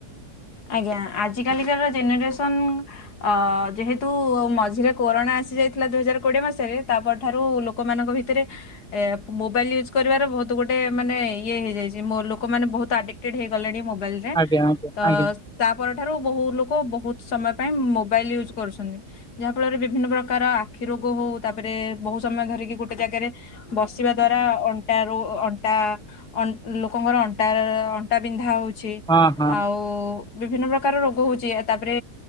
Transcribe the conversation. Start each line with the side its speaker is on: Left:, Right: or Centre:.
Left: ଆଜ୍ଞା ଆଜିକାଲିକାର ଜେନେରେସନ ଅ ଯେହେତୁ ମଝିରେ କୋରୋନା ଆସି ଯାଇଥିଲା ଦୁଇ ହଜାର କୋଡିଏ ମସିହାରେ, ତା ପରଠାରୁ ଲୋକମାନଙ୍କ ଭିତରେ ଏ ମୋବାଇଲ ୟୁଜ୍ କରିବାର ବହୁତ ଗୋଟେ ମାନେ ଇଏ ହେଇଯାଇଛି ମୋ ଲୋକମନେ ବହୁତ ଆଡିକଟେଡ ହେଇଗଲେଣି ମୋ ବାଇଲ୍ ରେ
Centre: ଆଜ୍ଞା ଆଜ୍ଞା
Left: ତ
Centre: ଆଜ୍ଞା
Left: ତା ପରଠାରୁ ବହୁ ଲୋକ ବହୁତ ସମୟ ପାଇଁ ମୋବାଇଲ ୟୁଜ୍ କରୁଛନ୍ତି ଯାହାଫଳରେ ବିଭିନ୍ନ ପ୍ରକାର ଆଖି ରୋଗ ହଉ, ତାପରେ ବହୁତ ସମୟ ଧରିକି ଗୋଟେ ଜାଗାରେ ବସିବା ଦ୍ଵାରା ଅଣ୍ଟା ରୁ ଅଣ୍ଟା ଅ ଲୋକଙ୍କର ଅଣ୍ଟା ଅଣ୍ଟା ବିନ୍ଧା ହଉଛି।
Centre: ହଁ ହଁ
Left: ଓ ବିଭିନ୍ନ ପ୍ରକାର ରୋଗ ହଉଛି ଏଇଆ ତାପରେ